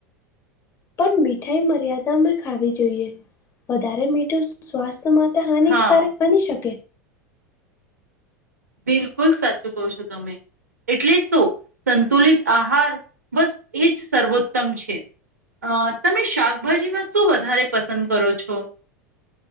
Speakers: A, on the left; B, on the right.
A: પણ મીઠાઈ મર્યાદા મે ખાવી જોઈએ વધારે મીઠુ સ્વાસ્થ્ય માટે હાનિકારક
B: હા
A: બની શકે
B: બિલકુલ સાચું કહો છો, તમે એટલે જ તો સંતુલિત આહાર બસ એ જ સર્વોત્તમ છે. અ તમે શાકભાજીમા શું વધારે પસંદ કરો છો.